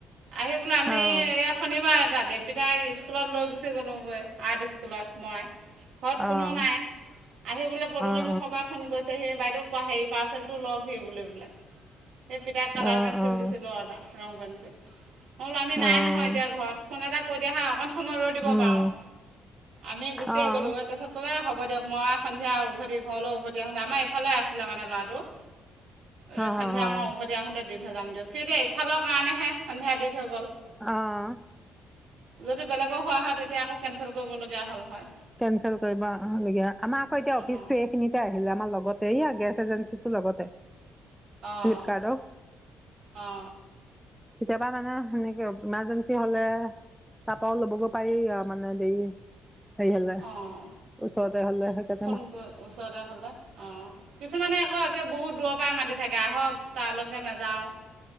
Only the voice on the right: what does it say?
আহি বোলে আমি
এই শনিবাৰ এটাত দেৱপীতাই স্কুলত লৈ গুচি গ'লোগৈ আৰ্ট ইস্কুলত মই ঘৰত
কোনো নাই, আহি বোলে পদূলি
মুখৰ পৰা ফোন কৰিছে সি বাইদেউ হেৰি পাৰ্চেলটো লওঁকহি বুলি <unintelligible> এই পিতাইৰ
কালাৰ পেঞ্চিল
দিছিলোঁ অৰ্ডাৰ, ৰং পেঞ্চিল মই বোলো আমি
নাই নহয়, এতিয়া ঘৰত ফোন এটা কৈ দিয়া হয়, অকণ সময় ৰৈ দিব
পাৰোঁ, আমি
গুচিয়ে গ'লোঁগৈ তাৰপিছত ক'লে হ হ'ব দিয়ক, মই সন্ধিয়া উভতি ঘৰলৈ উভতি আহোঁতে আমাৰ এইফালে আছিলে মানে ল'ৰাটো।
এই সন্ধিয়া মই উভতি আহোঁতে দি থৈ যাম দিয়ক, সি এতিয়া এইফালৰ কাৰণেহে সন্ধিয়া দি থৈ গ'ল।
যদি বেলেগৰ হোৱা হয়, তেতিয়া আকৌ কেনচেল কৰিবলগীয়া হ'ল হয়।
অঁ
অ',
অ'।
অঁ
ফোন কৰি ওচৰতে হ'লে অ', কিছুমানে আকৌ একে বহুত দূৰৰ পৰাই মাতি থাকে আহক তালৈ নেযাওঁ,